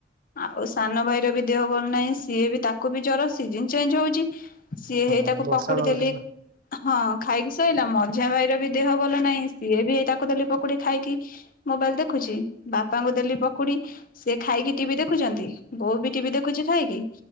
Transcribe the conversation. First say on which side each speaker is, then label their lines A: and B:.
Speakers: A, on the left; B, on the right.
A: ଆଉ ସାନଭାଇର ବି ଦେହ ଭଲ ନାହିଁ ସିଏ ବି ତାକୁ ବି ଜର ସିଜିନ ଚେଞ୍ଜ ହଉଛି। ସିଏ
B: ହଁ
A: ହେଇ ତାକୁ
B: ବର୍ଷା
A: ପକୁଡି
B: ପାଗଟା
A: ଦେଲି
B: ନା।
A: ହଁ ଖାଇକି ସୋଇଲା ମଝିଆଭାଇ ର ବି ଦେହ ଭଲ ନାହିଁ ସିଏ ବି ଏଇ ତାକୁ ଦେଲି ପକୁଡି ଖାଇକି ମୋବାଇଲ ଦେଖୁଛି ବାପାଙ୍କୁ ଦେଲି ପ ପକୁଡି ସେ ଖାଇକି ଟିଭି ଦେଖୁଛନ୍ତି ବୋଉ ବି ଟିଭି ଦେଖୁଛି ଖାଇକି